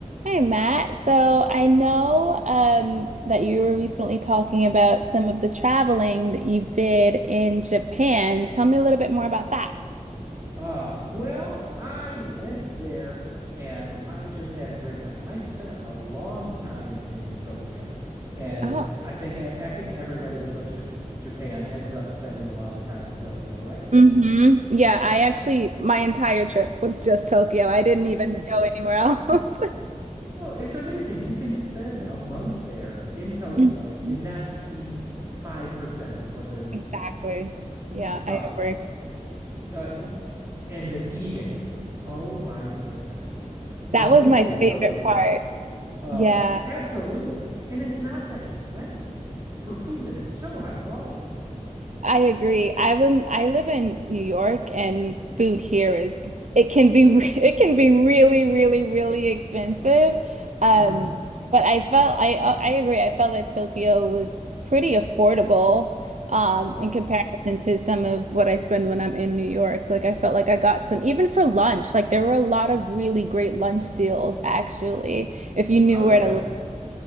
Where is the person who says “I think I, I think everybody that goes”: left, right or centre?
Right